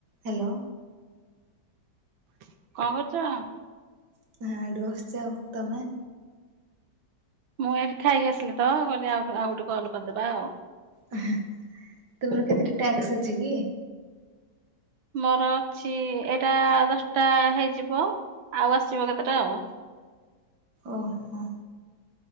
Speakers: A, on the right; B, on the right.
A: Hello.
B: କଣ କରୁଚ?
A: <unintelligible> ବସିଚି ଆଉ ତମେ?
B: ମୁଁ ଏଇଠି ଖାଇକି ଆସିଲି ତ କହିଲି ଆ ଆଉ ଗୋଟେ କଲ କରିଦେବା ଆଉ।
A: <unintelligible> ତୁମର କେତେ ଟ୍ୟାକ୍ସ ଅଛି କି?
B: ମୋର ଅଛି ଏଇଟା ଦଶଟା ହେଇଯିବ। ଆଉ ଆସିିବ କେତେଟା ଆଉ।
A: ଓହୋ।